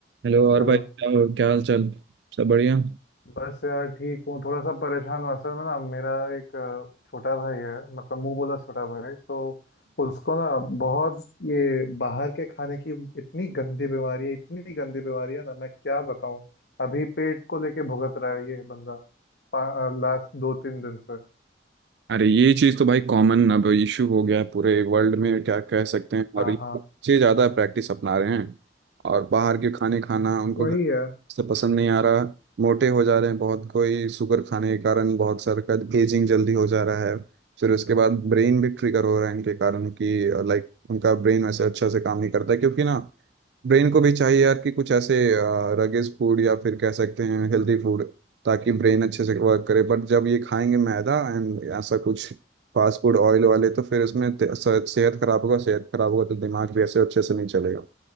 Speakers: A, on the right; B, on the left.
A: Hello और
B: Hello
A: भाई क्या क्या हाल चाल सब बढ़िया
B: बस यार ठीक हूँ थोड़ा सा परेशान हूँ असल में ना मेरा एक अ, छोटा भाई है मतलब मुंह बोला छोटा भाई तो उसको ना बहुत ये बाहर के खाने की इतनी गंदी बीमारी है इतनी गंदी बीमारी है ना मैं क्या बताऊँ अभी पेट को लेके भुगत रहा है ये बंदा लास्ट दो तीन दिन से
A: अरे ये चीज तो भाई कॉमन अब इशू हो गया है पूरे वर्ल्ड में क्या कह सकते हैं
B: हाँ
A: और ये
B: हाँ
A: बच्चे ज्यादा प्रैक्टिस अपना रहे हैं और बाहर के खाने खाना उनको
B: वही
A: घर
B: है
A: से पसंद नहीं आ रहा मोटे हो जा रहे हैं बहुत कोई शुगर खाने के कारण बहुत सारे का एजिंग जल्दी हो जा रहा है फिर उसके बाद ब्रेन भी ट्रिगर हो रहा है इनके कारण कि लाइक उनका ब्रेन वैसे अच्छा से काम नहीं करता है क्योंकि ना ब्रेन को भी चाहिए यार कि कुछ ऐसे रगेज फूड या फिर कह सकते हैं हेल्दी फूड ताकि ब्रेन अच्छे से वर्क करे बट जब ये खाएंगे मैदा एंड ऐसा कुछ फास्ट फूड ऑयल वाले तो फिर इसमें ते- स- सेहत खराब होगा सेहत खराब होगा तो दिमाग भी ऐसे अच्छे से नहीं चलेगा